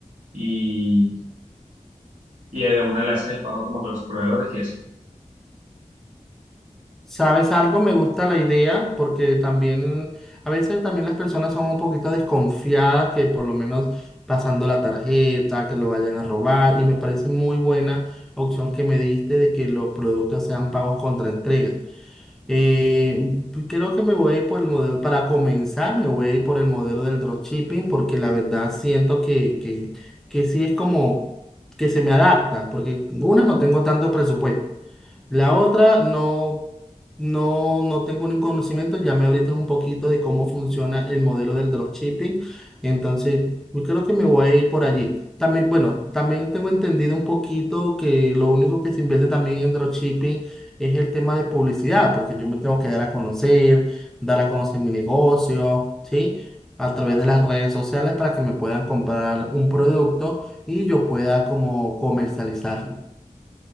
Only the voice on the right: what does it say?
y, y de una le haces el pago como a los proveedores y así.